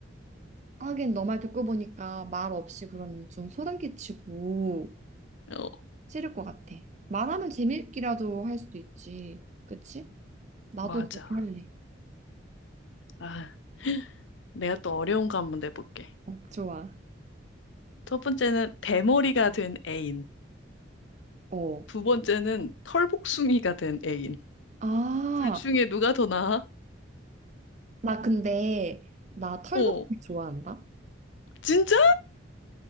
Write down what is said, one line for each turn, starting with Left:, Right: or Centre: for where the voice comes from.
Right: 하긴 너 말 듣고 보니까 말 없이 그러면 좀 소름 끼치고
Left: 어,
Right: 싫을 것 같아. 말하면 재밌기라도 할 수도 있지. 그치? 나도
Left: 맞아.
Right: 그렇게 할래.
Left: 아, 내가 또 어려운 거 한번 내볼게.
Right: 어, 좋아.
Left: 첫 번째는 대머리가 된 애인.
Right: 어.
Left: 두 번째는 털복숭이가 된 애인.
Right: 아,
Left: 둘 중에 누가 더 나아?
Right: 나 근데 나 털복숭이
Left: 어,
Right: 좋아한다.
Left: 진짜?